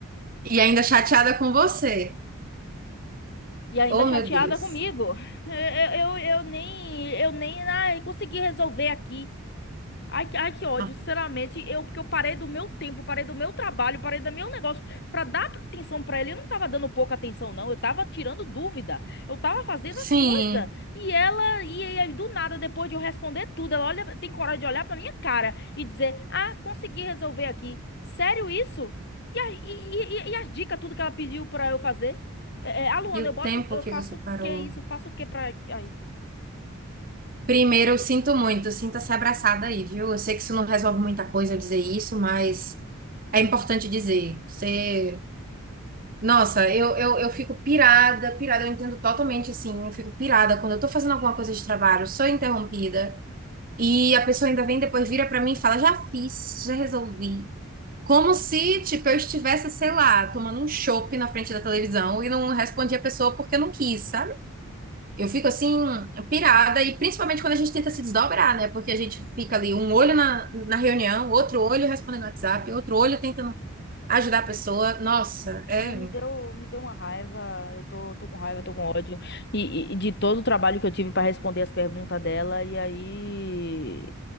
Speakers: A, on the right; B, on the left.
A: E ainda chateada com você.
B: E ainda
A: Oh,
B: chateada
A: meu Deus.
B: comigo. <laughs> Eu, eu, eu nem, eu nem ai, consegui resolver aqui. Ai, que- ai, que ódio,
A: Ah,
B: sinceramente, eu porque eu parei do meu tempo, parei do meu trabalho, parei do meu negócio pra dar atenção pra ele. Eu não tava dando pouca atenção, não. Eu tava tirando dúvida. Eu tava fazendo
A: Sim.
B: as coisas. E ela, e aí do nada, depois de eu responder tudo, ela olha, tem coragem de olhar pra minha cara e dizer: "Ah, consegui resolver aqui". Sério isso? E, a- e, e, e as dicas, tudo que ela pediu pra eu fazer? É, é, a Luana,
A: E o
B: eu boto,
A: tempo
B: eu
A: que
B: faço
A: você
B: o
A: parou?
B: quê isso? Faço o quê pra. ai.
A: Primeiro, eu sinto muito, sinta-se abraçada aí, viu? Eu sei que isso não resolve muita coisa eu dizer isso, mas é importante dizer. Você Nossa, eu, eu, eu fico pirada, pirada, eu entendo totalmente assim, eu fico pirada quando eu tô fazendo alguma coisa de trabalho, sou interrompida, e a pessoa ainda vem depois vira pra mim e fala, já fiz, já resolvi. Como se, tipo, eu estivesse, sei lá, tomando um chopp na frente da televisão e não respondi a pessoa porque eu não quis, sabe? Eu fico assim, pirada, e principalmente quando a gente tenta se desdobrar, né? Porque a gente fica ali, um olho na, na reunião, outro olho respondendo no WhatsApp, outro olho tentando ajudar a pessoa. Nossa, é.
B: Ai, me deu, me deu uma raiva. Eu tô, tô com raiva, tô com ódio. E, e- e de todo o trabalho que eu tive pra responder as perguntas dela, e aí.